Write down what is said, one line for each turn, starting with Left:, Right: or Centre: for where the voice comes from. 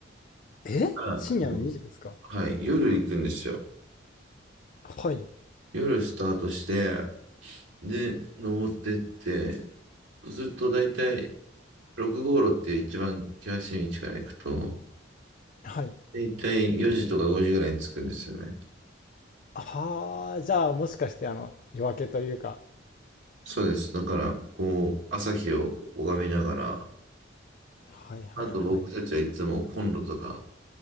Left: え深夜の2時ですか
Right: からうんはい。夜行くんですよ。
Left: はい。
Right: 夜スタートして、で、登ってって、そうすると大体6号路っていう一番険しい道から行くと、
Left: はい。
Right: 大体4時とか5時ぐらいに着くんですよね。
Left: はあ、じゃあもしかしてあの夜明けというか。
Right: そうです。だから、こう、朝日を拝みながら、
Left: はいはいはい。
Right: あと僕たちはいつもコンロとか